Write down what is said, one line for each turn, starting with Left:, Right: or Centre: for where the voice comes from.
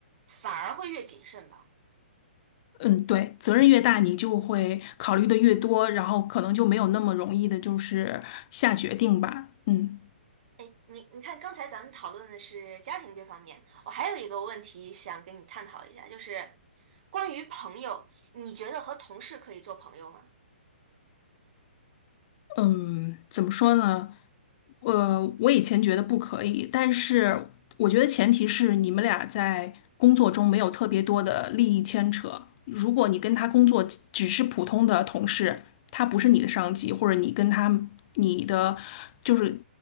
Right: 反而会越谨慎吧。
Left: 嗯，对，责任越大，你就会考虑的越多，然后可能就没有那么容易的，就是下决定吧。嗯
Right: 哎，你你看，刚才咱们讨论的是家庭这方面，我还有一个问题想跟你探讨一下，就是关于朋友，你觉得和同事可以做朋友吗？
Left: 嗯，怎么说呢？呃，我以前觉得不可以，但是我觉得前提是你们俩在工作中没有特别多的利益牵扯。如果你跟他工作只是普通的同事，他不是你的上级，或者你跟他你的就是